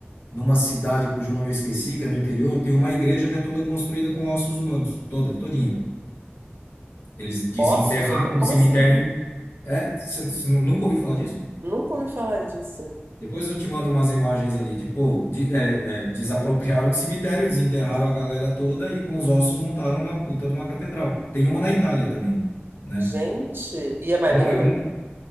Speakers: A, on the left; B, on the right.
A: numa cidade cujo nome eu esqueci, que é no interior, tem uma igreja que é toda construída com ossos humanos, toda, todinha. Eles desenterraram
B: Ossos? huma- Como
A: um cemitério.
B: assim?
A: em- É, você nunca ouviu falar disso?
B: Nunca ouvi falar disso.
A: Depois eu te mando umas imagens ali, tipo, de, é, é, desapropriaram um cemitério, desenterraram a galera toda e com os ossos montaram uma puta de uma catedral. Tem uma na Itália também. né?
B: Gente, e é maneiro?
A: Eu não, eu não,